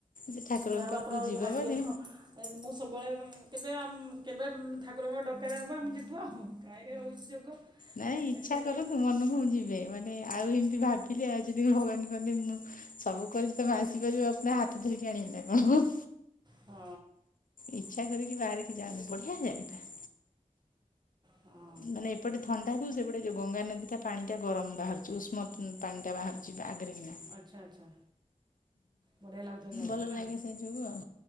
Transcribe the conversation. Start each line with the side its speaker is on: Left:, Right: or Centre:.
Left: ଯେ ଠାକୁରଙ୍କ
Right: ଯଉ
Left: ପାଖକୁ
Right: ଆପଣଙ୍କର
Left: ଯିବ
Right: ଭାଗ୍ୟ
Left: ମାନେ
Right: ମୁଁ ସବୁବେଳେ। କେବେ ଆମ କେବେ ଠାକୁରଙ୍କ ଡକରା ହେବ ଆମେ ଯିବୁ ଆ କାହିଁକି ହେଉଛି ଯୋଗ।
Left: ନାଇଁ ଇଚ୍ଛା
Right: ଦେଖାଯାଉ
Left: କରନ୍ତୁ ମନକୁ ମୁଁ ଯିବେ। ମାନେ ଆଉ ଏମତି ଭାବିଲେ ଆଉ ଯଦି ଭଗବାନ କହନ୍ତି ମୁଁ ସବୁ କରିଛି ତମେ ଆସିପାରିବ ପ ହାତ ଧରିକି ଆଣିବ ନା କଣ।
Right: ହଁ
Left: ଇଚ୍ଛା କରିକି ବାହାରିକି ଯାଆନ୍ତୁ
Right: ସେ
Left: ବଢିଆ ଜାଗା ଟା।
Right: ହଁ
Left: ମାନେ ଏପଟେ ଥଣ୍ଡାକୁ ସେପଟେ ଯେଉଁ ଗଙ୍ଗାନଦୀଟା ପାଣିଟା ଗରମ ବାହାରୁଛି ଉଷ୍ମତ ପାଣିଟା ବାହାରୁଛି ଆଗରେ କିିନା
Right: ଆଚ୍ଛା ଆଚ୍ଛା ବଢ଼ିଆ ଲାଗୁଥିବ ଜାଗାଟା
Left: ଭଲ
Right: ନା
Left: ଲାଗେ ସେ ଯୋଗୁ ଆଉ